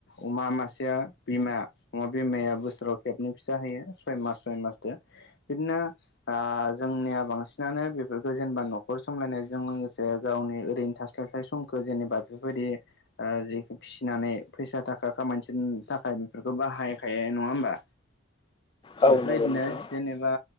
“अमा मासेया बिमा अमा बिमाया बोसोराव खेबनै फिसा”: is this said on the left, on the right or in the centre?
Left